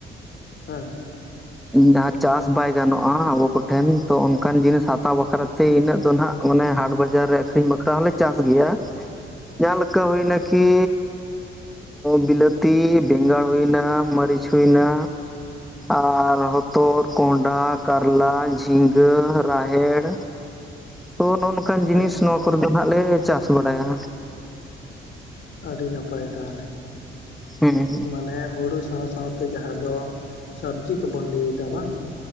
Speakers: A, on the left (about 65°); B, in the centre.
A: ᱦᱮᱸ
B: ᱡᱟᱦᱟᱸ ᱪᱟᱥ ᱵᱟᱭ ᱜᱟᱱᱚᱜᱼᱟ, ᱟᱵᱚ ᱠᱚᱴᱷᱮᱱ ᱛᱚ ᱚᱱᱠᱟᱱ ᱡᱤᱱᱤᱥ ᱦᱟᱛᱟᱣ ᱵᱟᱹᱠᱷᱨᱟ ᱛᱮ ᱤᱱᱟᱹᱜ ᱫᱚ ᱟᱸᱜ ᱢᱟᱱᱮ ᱦᱟᱴ ᱵᱟᱡᱟᱨ ᱨᱮ ᱟᱹᱠᱷᱨᱤᱧ ᱵᱟᱠᱷᱨᱟ ᱦᱚᱸᱞᱮ ᱪᱟᱥ ᱜᱮᱭᱟ᱾ ᱡᱟᱦᱟᱸ ᱞᱮᱠᱟ ᱦᱩᱭ ᱱᱟᱠᱤ ᱵᱤᱞᱟᱹᱛᱤ ᱵᱮᱸᱜᱟᱲ ᱦᱩᱭᱱᱟ, ᱢᱟᱹᱨᱤᱪ ᱦᱩᱭ ᱮᱱᱟ, ᱟᱨ ᱦᱚᱛᱚᱫ, ᱠᱚᱸᱰᱟᱷᱟ, ᱠᱟᱨᱞᱟ, ᱡᱷᱤᱜᱟᱹ, ᱨᱟᱦᱮᱲ, ᱛᱚ ᱱᱚᱜᱼᱚᱭ ᱱᱚᱝᱠᱟᱱ ᱡᱤᱱᱤᱥ
A: ᱟᱪᱪᱷᱟ
B: ᱱᱚᱣᱟ ᱠᱚᱨᱮ ᱫᱚ ᱱᱟᱜ ᱞᱮ ᱪᱟᱥ ᱵᱟᱲᱟᱭᱟ᱾
A: ᱟᱹᱰᱤ ᱱᱟᱯᱟᱭ ᱛᱟᱦᱚᱞᱮ
B: ᱦᱩᱸ
A: ᱢᱟᱱᱮ ᱦᱩᱲᱩ ᱥᱟᱶ ᱥᱟᱣ ᱛᱮ ᱡᱟᱦᱟᱸ ᱫᱚ ᱥᱚᱵᱽᱡᱤ ᱠᱚᱵᱚᱱ ᱞᱟᱹᱭᱫᱟ ᱵᱟᱝ?